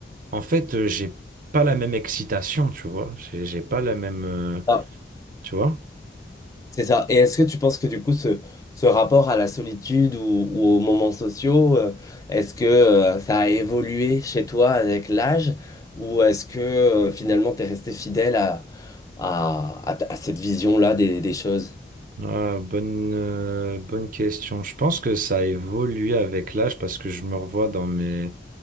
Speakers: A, on the right; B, on the left.
A: en fait, euh, j'ai pas la même excitation, tu vois. J'ai j'ai pas la même, euh,
B: Ah,
A: tu vois.
B: c'est ça. Et est-ce que tu penses que du coup, ce, ce rapport à la solitude ou, ou aux moments sociaux, euh, est-ce que, euh, ça a évolué chez toi avec l'âge ou est-ce que, euh, finalement, tu es resté fidèle à, à, à ta- à cette vision-là des, des choses?
A: Ah, bonne, euh, bonne question. Je pense que ça a évolué avec l'âge parce que je me revois dans mes,